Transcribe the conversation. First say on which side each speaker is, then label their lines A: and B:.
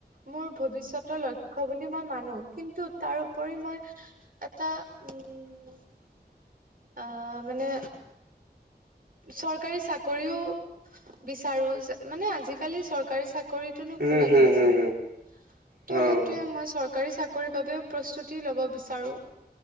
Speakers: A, on the right; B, on the right.
A: মোৰ ভৱিষ্যতৰ লক্ষ্য় বুলি মই মানো কিন্তু তাৰপৰি মই এটা।
B: <unintelligible>
A: উম আহ মানে। চৰকাৰী চাকৰিও, বিচাৰো মানে আজিকালি চৰকাৰী চ। কৰিতনো
B: হম
A: কোনে
B: হম
A: নিবিচাৰে,
B: হম
A: ত'
B: হম
A: সেইটোয়ে
B: অ
A: মই চৰকা। চৰকাৰী চাকৰিৰ বাবেও প্ৰস্তুতি ল'ব বিচাৰোঁ।